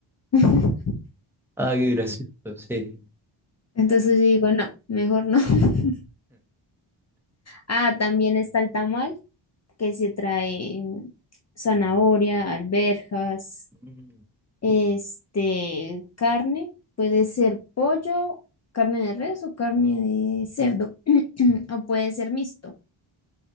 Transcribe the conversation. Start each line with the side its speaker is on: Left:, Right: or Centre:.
Left: <laughs>
Centre: Ah, qué gracioso, sí.
Left: Entonces yo digo, no, mejor no. <laughs> Ah, también está el tamal, que se trae zanahoria, alberjas,
Centre: <laughs>
Left: este, carne, puede ser pollo, carne de res o carne de cerdo, <clears throat> o puede ser mixto,